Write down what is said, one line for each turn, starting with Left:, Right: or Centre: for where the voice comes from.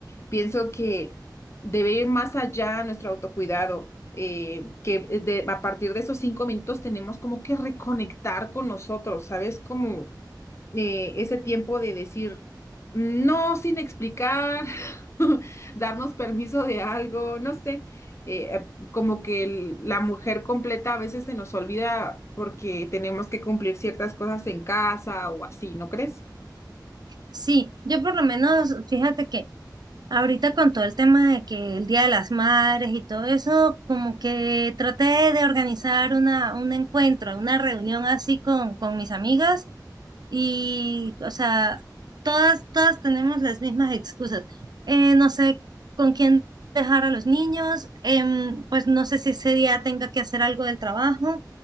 Left: pienso que debe ir más allá nuestro autocuidado, eh, que de- a partir de esos cinco minutos tenemos como que reconectar con nosotros, ¿sabes? Como eh, ese tiempo de decir no sin explicar, <laughs> darnos permiso de algo, no sé, eh, eh, como que el- la mujer completa a veces se nos olvida porque tenemos que cumplir ciertas cosas en casa o así, ¿no crees?
Right: Sí, yo por lo menos, fíjate que Ahorita con todo el tema de que el Día de las Madres y todo eso, como que traté de organizar una, un encuentro, una reunión así con, con mis amigas y, o sea, todas, todas tenemos las mismas excusas. Eh, no sé con quién dejar a los niños, em, pues no sé si ese día tenga que hacer algo del trabajo.